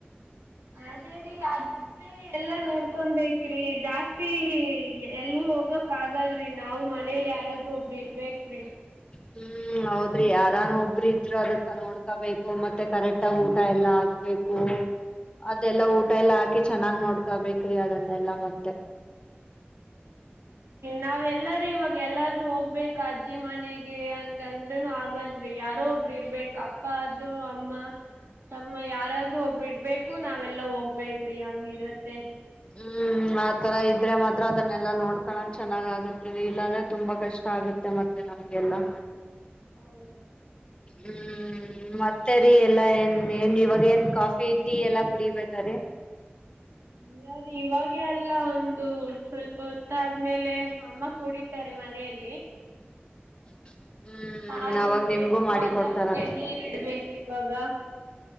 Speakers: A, on the right (about 85°); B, on the left (about 25°).
A: ಅದೇ ರೀ ಅದು ಬ್ರೆ ಎಲ್ಲ ನೋಡ್ಕೊಬೇಕ್ರಿ ಜಾಸ್ತಿ ಎಲ್ಲೂ ಹೋಗಕ್ ಆಗಲ್ರರಿ ನಾ್ ಮನೇಲಿ ಯಾರಾದ್ರೂ ಒಬ್ರ ಇರ್ಬೇಕ್ರಿ
B: ಹ್ಮ್ ಹೌದ್ರಿ ಯಾರಾನು ಒಬ್ರ ಇದ್ರರು ಅದಕ್ಕ ನೋಡ್ಕಬೇಕು ಮತ್ತೆ ಕರೆಕ್ಟ್ ಆಗ ಊಟ ಎಲ್ಲಾ ಆಗ್ಬೇಕು ಅದೆದೆಲ್ಲಾ ಊಟ ಎಲ್ಲಾ ಹಾಕಿ ಚೆನ್ನಾಗ್ ನೋಡ್ಕಬೇಕ್ರಿ ಅದನ್ನೆಲ್ಲಾ ಮತ್ತೆ
A: ನಾವ್ ಎಲ್ಲಾರೂ ಇವಾಗ ಎಲ್ಲಾದ್ರೂ ಹೋಗ್ಬೇಕ ಅಜ್ಜಿ ಮನೆಗೆ ಹಂಗಂದ್ರೂನು ಆಗಲ್ ಿ ಯಾರೋ ಒಬ್ರು ಇರ್ಬೇಕ ಅಪ್ಪ ಆದ್ರರು ಅಮ್ಮ ತಮ್ಮ ಯಾರಾದ್ರೂ ಒಬ್ಬರು ಇರಬೇಕು ನಾವೆಲ್ಲ ಹೋಗ್ಬೇಕು ಬಕ್ರಿ ಹಂಗಿರತ್ತೆ
B: ಹ್ಮ್ ಆತರ ಇದ್ರೆ ಮಾತ್ರ ಅದನ್ನೆಲ್ಲಾ ನೋಡ್ಕಳಕ್ ಚೆನ್ನಾಗ ಆಗುದ ರಿ ಇಲ್ಲಾಂದ್ರೆ ತುಂಬಾ ಕಷ್ಟ ಆಗುತ್ತೆ ಮತ್ತೆ ನಮ್ಗೆಲ್ಲಾ
A: ಹೌದು
B: ಹ್ಮ್ ಮತ್ತೆರಿ ಎಲ್ಲಾ ಏನ್ ಏನ್ ಇವಾಗ ಏನ್ ಕಾಫಿ ಟೀ ಎಲ್ಲಾ ಕುಡಿಬೇಕ ರೀ
A: ಇಲ್ಲಾ ರಿ ಇವಾಗೇ ಅಲ್ಲ ಒಂದು ಸ್ವಲ್ಪ ಹೊತ್ತ ಆದ್ಮೇಲೆ ಅಮ್ಮ ಕುಡಿತಾರೆ ಮನೆಯಲ್ಲಿ
B: <inaudible>
A: ಹಾಲ ಹಿಂಡಬೇಕು
B: ಅವಾಗ ನಿಮ್ಗೂ ಮಾಡಿ
A: ಅದಕ್ಕೆ
B: ಕೊಡ್ತಾರ ಅನ್ಸುತ್ತೆ
A: ನೀರ ಇಡ್ಬೇಕು <unintelligible>